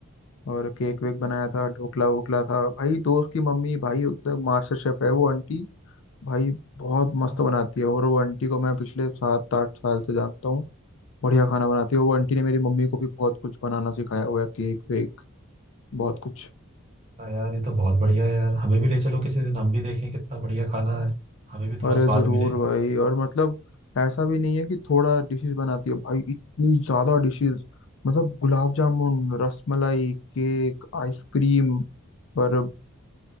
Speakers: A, on the left; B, on the right.
A: और केक वेक बनाया था ढोकला वोकला था भाई दोस्त की मम्मी भाई एकदम मास्टर शेफ है वो आंटी भाई बहुत मस्त
B: है?
A: बनाती है और वो आंटी को मैं पिछले सात आठ साल से जानता हूँ बढ़िया खाना बनाती है वो आंटी ने मेरी मम्मी को भी बहुत कुछ बनाना सिखाया हुआ है केक वेक बहुत कुछ
B: हाँ यार ये तो बहुत बढ़िया है यार हमें भी ले चलो किसी दिन हम भी देखें कितना बढ़िया खाना है हमें भी थोड़ा
A: अरे
B: स्वाद
A: जरूर
B: मिले
A: भाई और मतलब ऐसा भी नहीं है कि थोड़ा डिशेस बनाती है भाई इतनी ज्यादा डिशेस मतलब गुलाब जामुन रसमलाई केक आइसक्रीम और अ,